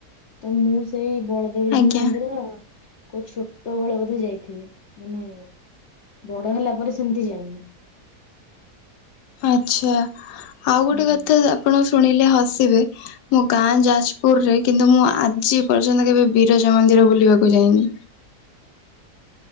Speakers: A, on the left (about 55°); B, on the left (about 80°).
A: ତ ମୁଁ ସେଇ ବଳଦେବଜୀଉ
B: ଆଜ୍ଞା
A: ମନ୍ଦିର କୋଉ ଛୋଟବେଳେ ବୋଧେ ଯାଇଥିବି ମାନେ ବଡ ହେଲା ପରେ ସେମିତି ଯାଇନି।
B: ଆଚ୍ଛା ଆଉ ଗୋଟେ
A: ହୁଁ
B: କଥା ଆପଣ ଶୁଣିଲେ ହସିବେ ମୋ ଗାଁ ଯାଜପୁର ରେ କିନ୍ତୁ ମୁଁ ଆଜି ପର୍ଯ୍ୟନ୍ତ କେବେ ବିରଜା ମନ୍ଦି ର ବୁଲିବାକୁ ଯାଇନି।